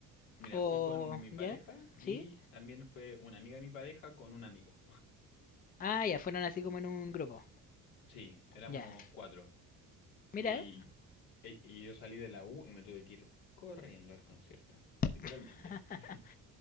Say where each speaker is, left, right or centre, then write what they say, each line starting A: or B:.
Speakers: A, on the left; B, on the left.
A: Mira,
B: ¿O
A: fui con mi
B: ya?
A: pareja
B: ¿Sí?
A: y también fue una amiga de mi pareja con un amigo.
B: Ah, ya, fueron así como en un grupo.
A: Sí, éramos
B: Ya.
A: cuatro.
B: Mira,
A: Y, y y yo salí de la U y me tuve que ir corriendo al concierto,
B: <laughs>
A: literalmente. <laughs>